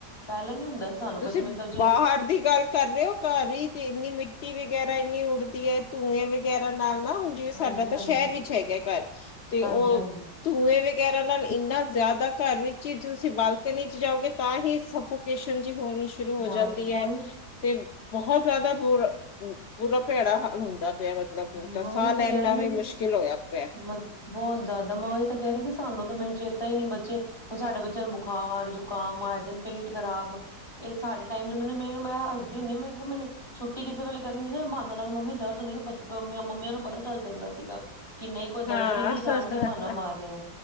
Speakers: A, on the left; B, on the left.
A: ਪਹਿਲੇ ਨੀ ਹੁੰਦਾ ਸੀ ਸਾਨੂੰ
B: ਤੁਸੀਂ
A: ਕਦੇ ਮੈਨੂੰ ਤਾਂ ਚੇਤ
B: ਬਾਹਰ ਦੀ ਗੱਲ ਕਰ ਰਹੇ ਹੋ ਘਰ ਹੀ ਤੇ ਇੰਨੀ ਮਿੱਟੀ ਵਗੈਰਾ ਇੰਨੀ ਦੀ ਹੈ ਧੂੰਏ ਵਗੈਰਾ ਨਾਲ ਨਾ ਹੁਣ ਜਿਵੇਂ ਸਾਡਾ
A: ਹਾਂਜੀ ਹਾਂਜੀ
B: ਤਾਂ ਸ਼ਹਿਰ ਵਿੱਚ ਹੈਗਾ ਘਰ ਤੇ
A: ਹਾਂਜੀ
B: ਉਹ
A: ਹਾਂਜੀ
B: ਧੂੰਏ ਵੀ ਵਗੈਰਾ ਨਾਲ ਇੰਨਾ ਜ਼ਿਆਦਾ ਘਰ ਵਿੱਚ ਹੀ ਤੁਸੀਂ ਬਾਲ ਨਹੀਂ ਜਾਓਗੇ ਤਾਂ ਹੀ ਸਫੋਕੇਸ਼ਨ ਹੋਣੀ ਸ਼ੁਰੂ ਹੋ
A: ਨਾ
B: ਜਾਂਦੀ ਹੈ
A: ਉਹੀ
B: ਤੇ ਬਹੁਤ ਜ਼ਿਆਦਾ ਬੁਰਾ ਬੁਰਾ ਭੈੜਾ ਹਾਲ ਹੁੰਦਾ ਪਿਆ ਮਤਲਬ ਹੁਣ
A: ਉਹੀ
B: ਸਾਹ ਲੈਣਾ
A: ਤਾਂ ਕਹਿ ਰਹੀ
B: ਵੀ
A: ਜੀ
B: ਮੁਸ਼ਕਿਲ ਹੋਇਆ ਪਿਆ।
A: ਮੈਂ ਬਹੁਤ ਜ਼ਿਆਦਾ ਮੈਂ ਉਹੀ ਤਾਂ ਕਹਿ ਰਹੀ ਸਾਨੂੰ ਤਾਂ ਮੈਨੂੰ ਜੇ ਪਤਾ ਹੀ ਨੀ ਬੱਚੇ ਹੁਣ ਸਾਡੇ ਬੱਚਿਆਂ ਨੂੰ ਬੁਖਾਰ ਜ਼ੁਕਾਮ ਆਏ ਦਿਨ ਪੇਟ ਖ਼ਰਾਬ ਇਹ ਸਾਡੇ ਟਾਈਮ ਚ ਮੈਨੂੰ ਮ ਮੈਂ ਹੱਸਦੀ ਹੁੰਦੀ ਆ ਮੈਂ ਮੈਨੂੰ ਛੁੱਟੀ ਕਿਸੇ ਵੇਲੇ ਕਰਨੀ ਹੁੰਦੀ ਨਾ ਬਹਾਨਾ ਲਾਓ ਮੰਮੀ ਦਰਦ ਨੀ ਹੁੰਦੀ ਮੰਮੀਆਂ ਨੂੰ ਪਤਾ ਚੱਲ ਜਾਂਦਾ ਸੀਗਾ ਕਿੰ ਨਹੀਂ ਕੋਈ ਦਰਦ
B: ਹਾਂ
A: ਨਹੀਂ ਕਿ ਜਾਣ ਕੇ ਬਹਾਨਾ ਮਾਰ ਰਿਹਾ